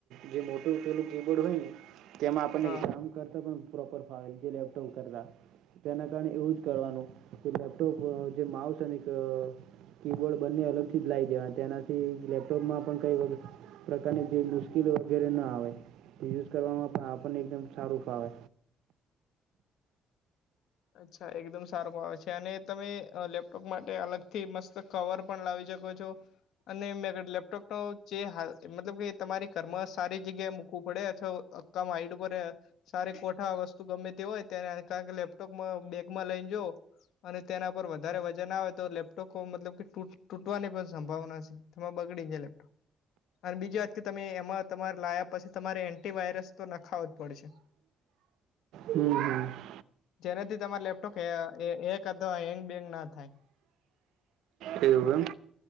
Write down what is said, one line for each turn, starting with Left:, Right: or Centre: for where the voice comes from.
Right: જે મોટું પેલું કીબોર્ડ હોય ને જેમાં આપણને
Left: હા
Right: એક કામ કરતા પણ પ્રોપર ફાવે <unintelligible> લેપટોપ કરતા તેના કારણે એવું જ કરવાનું કે લેપટોપ જે માઉસ અને અહ કી બોર્ડ બંને અલગથી જ લાઈ દેવા, તેનાથી લેપટોપમાં પણ કંઈ <unintelligible> પ્રકારની જે મુશ્કેલી વગેરે ના આવે. તે યુઝ કરવામાં પણ આપણને એકદમ સારું ફાવે.
Left: અચ્છા. એકદમ સારું <unintelligible> છે. અને તમે લેપટોપ માટે અલગથી મસ્ત કવર પણ લાવી શકો છો અને મે રે લેપટોપનો જે હાલ મતલબ કે તમારી ઘરમાં સારી જગ્યાએ મૂકવું પડે, અથવા <unintelligible> હાઈટ ઉપર સારી કોઠા વસ્તુ ગમે તે હોય તેના કારણે કે લેપ ટોપમાં બેગમાં લઈ જઉં અને તેના પર વધારે વજન આવે તો લેપટોપ મતલબ કે તૂટ તૂટવાની પણ સંભાવના છે. તેમાં બગડી જાય લેપટોપ. અને બીજી વાત કે તમે એમાં તમારે લાયા પછી તમારે એન્ટી વાયરસ તો નખાવો જ પડશે.
Right: હમ્મ-હમ્મ.
Left: જેનાથી તમારે લેપટોપ કે હે હેક અથવા હેંગ બેંગ ના થાય.
Right: એવું એમ?